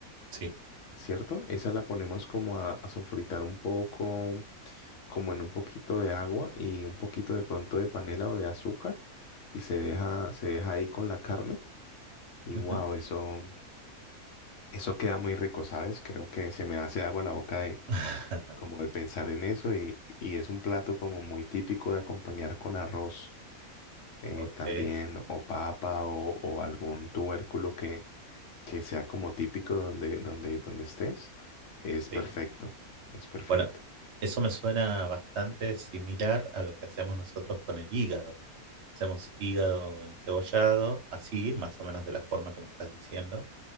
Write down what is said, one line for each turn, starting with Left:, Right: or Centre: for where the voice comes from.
Right: Sí.
Left: ¿cierto? Esa la ponemos como a, a sofritar un poco, como en un poquito de agua y un poquito de pronto de panela o de azúcar y se deja, se deja ahí con la carne y
Right: Ujú.
Left: wow, eso, eso queda muy rico, ¿sabes? Creo que se me hace agua la boca de,
Right: <laughs>
Left: como de pensar en eso y, y es un plato como muy típico de acompañar con arroz. eh,
Right: Ok,
Left: también o papa o, o algún tubérculo que, que sea como típico donde, donde, donde estés, es perfecto,
Right: sí.
Left: es perfecto.
Right: Bueno, eso me suena bastante similar a lo que hacemos nosotros con el hígado. Hacemos hígado encebollado, así, más o menos de la forma que me estás diciendo.